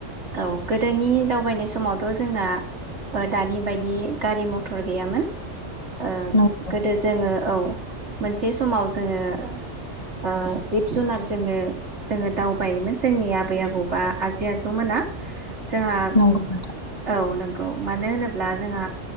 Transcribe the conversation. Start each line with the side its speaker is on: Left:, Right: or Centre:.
Right: औ। गोदोनि दावबायनाय समावथ' जोंना दानि बायदि गारि मथर गैयामोन। ओ
Left: नंगौ
Right: गोदो जोङो औ मोनसे समाव जोङो ओ जिब जुनारजोंनो जोङो दावबायोमोन जोंनि आबै आबौ बा आजै आजौमोना जोंहा
Left: नंगौ नोंथां
Right: औ नंगौ। मानो होनोब्ला जोंहा